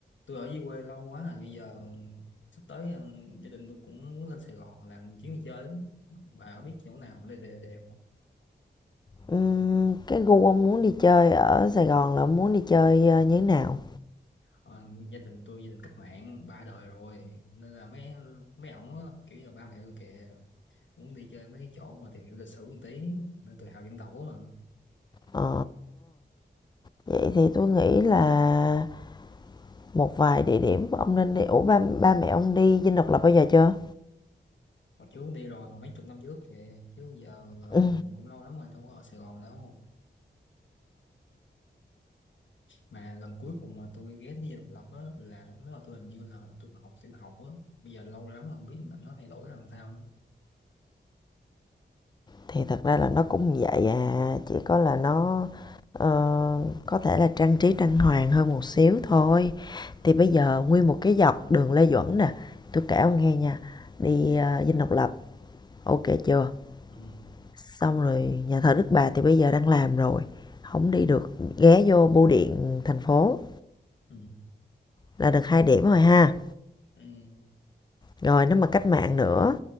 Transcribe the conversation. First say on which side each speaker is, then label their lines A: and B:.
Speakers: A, on the left; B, on the left.
A: tôi ở dưới quê lâu quá rồi bây giờ sắp tới ờ, gia đình tôi cũng muốn lên Sài Gòn làm chuyến đi chơi á. bà có biết chỗ nào mà đây đẹp đẹp không
B: Ừm, cái gu ông muốn đi chơi ở Sài Gòn là ông muốn đi chơi ờ, như thế nào?
A: Ờ, gia đình tôi gia đình cách mạng ba đời rồi nên là mấy mấy ổng á, kiểu như là ba mẹ tôi kìa muốn đi chơi mấy chỗ mà tìm hiểu lịch sử một tí nên tự hào dân tộc á mà
B: Ờ, vậy thì tôi nghĩ là một vài địa điểm ông nên đi. Ủa ba, ba mẹ ông đi Dinh Độc Lập bao giờ chưa?
A: hồi trước đi rồi mà mấy chục năm trước kìa chứ giờ ờ,
B: Ừ,
A: cũng lâu lắm rồi đâu có ở Sài Gòn đâu mà lần cuối cùng mà tôi ghét đi độc lập á là lúc đó là tôi hình như là tôi học tiểu học á bây giờ lâu lắm rồi không biết là nó thay đổi làm sao nữa
B: thì thật ra là nó cũng vậy à, chỉ có là nó ờ, có thể là trang trí trang hoàng hơn một xíu thôi.
A: ừ
B: Thì bây giờ nguyên một cái dọc đường Lê Duẩn nè, tôi kể ông nghe nha, đi ờ, Dinh Độc Lập, ok chưa?
A: ừ
B: xong rồi nhà thờ Đức Bà thì bây giờ đang làm rồi không đi được ghé vô bưu điện thành phố
A: ừ,
B: là được hai điểm rồi ha
A: ừ.
B: rồi nếu mà cách mạng nữa